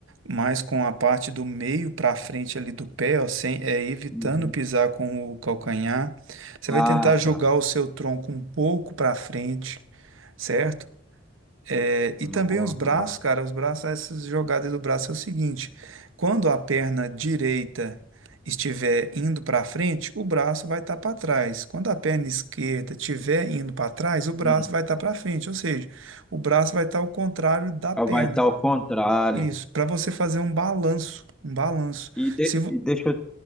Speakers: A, on the right (about 85°); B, in the centre.
A: mais com a parte do meio para frente ali do pé, ó, sem, é, evitando
B: Uhum.
A: pisar com o calcanhar. Você
B: Ah,
A: vai tentar jogar
B: tá.
A: o seu tronco um pouco para frente, certo? É,
B: Nossa,
A: e também os braços,
B: ba-
A: cara, os braços, essas jogadas do braço é o seguinte: quando a perna direita estiver indo para frente, o braço vai estar para trás. Quando a perna esquerda estiver indo para trás, o braço
B: hum.
A: vai estar para frente, ou seja, o braço vai estar ao contrário da perna.
B: Ah, vai estar ao contrário.
A: Isso, para você fazer um balanço, um balanço.
B: E, de-
A: Se vo-
B: e deixa, eu-